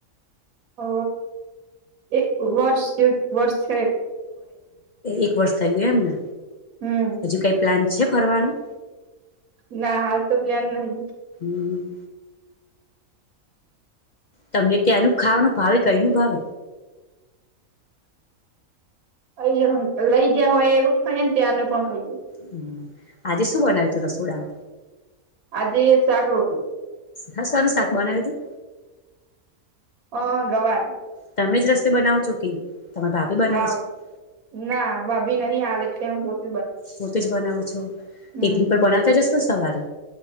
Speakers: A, on the right; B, on the left.
A: હ એક વર્ષ જેવ વર્ષ છે.
B: એક વર્ષ થય ગયા એમ ને
A: હમ
B: હજુ કઈ પ્લાન. છે ફરવાનું.
A: ના હાલ તો પ્લાન નહી.
B: હમ્મ. તમને ત્યાંનું ખાવાનું ભાવે કઈ અયનું ભાવે?
A: આયા લઈ ગયા હોય એવુ ખાઈ ત્યાં નું પણ ખાઈ.
B: હમ્મ આજે શું બનાવ્યું તુ રસુડા
A: આજે શાક રોટલી.
B: હસવાનું શાક બનાવી તું.
A: હા ગવાર.
B: તમે જ રસોઈ બનાવ છો કે? તમારા ભાભી બનાવે
A: હા
B: છે
A: ના ભાભી નહી હાલે. તેઈ બ.
B: પોતે જ બનાવો છો
A: હમ
B: ટિફિન પર બનાવતા જશે. સવારે.